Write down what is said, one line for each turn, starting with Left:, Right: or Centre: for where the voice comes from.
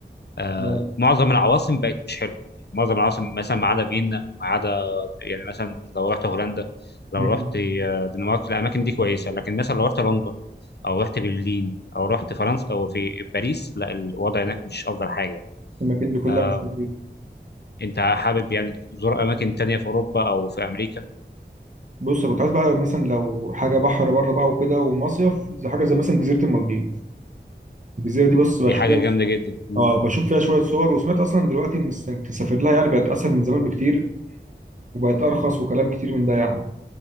Left: آه،
Right: اه
Left: معظم العواصم بقت مش حلوه يعني معظم العواصم مثلا ما عدا فيينا ما عدا يعني مثلا لو رحت هولندا لو
Right: مم.
Left: رحت آه، دنمارك الاماكن دي كويسه لكن مثلا لو رحت لندن او رحت برلين او رحت فرنسا او في باريس لا الوضع هناك مش افضل حاجه يعني.
Right: الاماكن دي كلها
Left: آه
Right: مش لطيفه
Left: انت حابب يعني تزور اماكن تانية في اوروبا او في امريكا
Right: بص كنت عايز بقى مثلا لو حاجه بحر بره بقى وكده ومصيف زي حاجه زي مثلا جزيره المالديف الجزيره دي بص
Left: دي
Right: بشوف
Left: حاجه
Right: فيها-
Left: جامده جدا مم.
Right: اه بشوف فيها شويه صور وسمعت اصلا دلوقتي ان إنك تسافر لها يعني بقت اسهل من زمان بكتير وبقت ارخص وكلام كتير من ده يعني